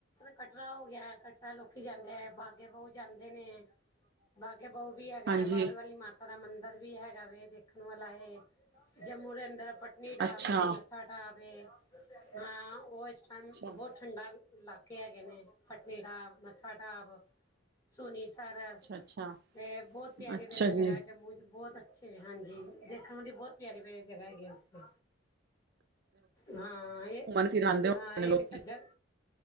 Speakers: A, on the left; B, on the right.
A: ਕਟਰਾ ਹੋ ਗਿਆ। ਕਟਰਾ ਲੋਕੀ ਜਾਂਦੇ ਬਾਗੇ ਬਹੁ ਜਾਂਦੇ ਨੇ। ਬਾਗੇ ਬੋਹ ਵੀ ਹੈਗਾ।
B: ਹਾਂਜੀ
A: ਬਾਾਹਵੇ ਵਾਲੀ ਮਾ ਮਾਤਾ ਮੰਦਿਰ ਵੀ ਹੈਗਾ ਵੇ, ਦੇਖਣ ਵਾਲਾ ਏ ਜੰਮੂ ਦੇ ਅੰਦਰ ਪਟਨੀਟਾਪ
B: ਅੱਛਾ
A: ਏ ਟਾ ਪੇ ਏ ਹਾਂ। ਉਹ ਇਸ ਟਾਈਮ
B: ਅੱਛਾ
A: ਬਹੁਤ ਠੰਡਾ ਇਲਾਕੇ ਹੈਗੇ ਨੇ, ਪਟਨੀਟਾਪ, ਨੱਥਾ ਟਾਪ, ਸੋਨੀ ਸਾਰਾ
B: ਅੱਛਾ
A: ਤੇ ਬਹੁਤ ਪਿਆਰੀਆਂ-ਪਿਆਰੀਆਂ
B: ਅੱਛਾ
A: ਜਗ੍ਹਾ
B: ਜੀ
A: ਜੰਮੂ ਚ ਬਹੁਤ ਅੱਛੀ ਹਾਂਜੀ, ਦੇਖਣ ਨੂੰ ਬਹੁਤ ਪਿਆਰੀਆਂ-ਪਿਆਰੀਆਂ ਜਗ੍ਹਾ ਹੈਗੀਆਂ। ਉੱਥੇ ਹਾਂ। ਇਹ
B: ਘੁੰਮਣ ਫਿਰ ਆਉਂਦੇ ਹੋ
A: ਹਾਂ ਇੱਕ
B: ਲੋਕੀ
A: ਝੱਜਰ